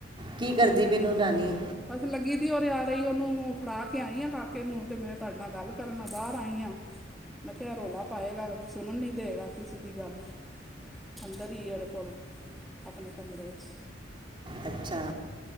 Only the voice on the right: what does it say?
ਕੀ ਕਰਦੀ
ਪਈ ਨੂੰਹ ਰਾਨੀ?
ਅੱਛਾ,